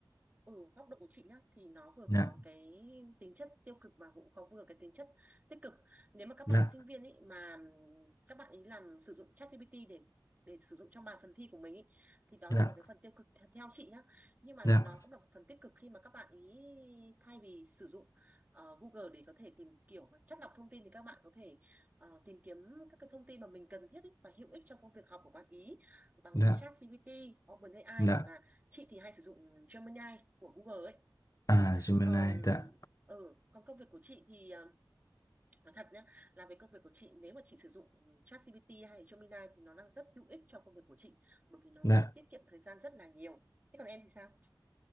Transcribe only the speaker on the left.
Dạ,
dạ,
dạ,
dạ,
dạ,
dạ.
À, Gemini,
dạ,
dạ.